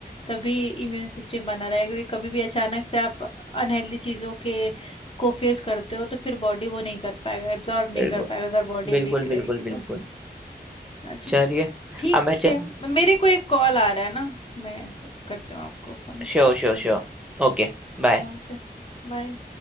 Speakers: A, on the left (about 35°); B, in the centre.
A: तभी इम्यून सिस्टम बना रहेगा क्योंकि कभी भी अचानक से आप अनहेल्दी चीज़ों के को फेस करते हो तो फिर बॉडी वो नहीं कर पाएगा एब्जॉर्ब नहीं
B: बिल्कुल
A: कर पाएगा अगर बॉडी वीक
B: बिल्कुल
A: रहेगी
B: बिल्कुल
A: तो
B: बिल्कुल
A: अच्छा
B: चलिए
A: ठीक
B: अब मैं च
A: है मेरे को एक कॉल आ रहा है ना मैं करती हूँ आपको फोन
B: sure sure sure Okay bye
A: ओके बाय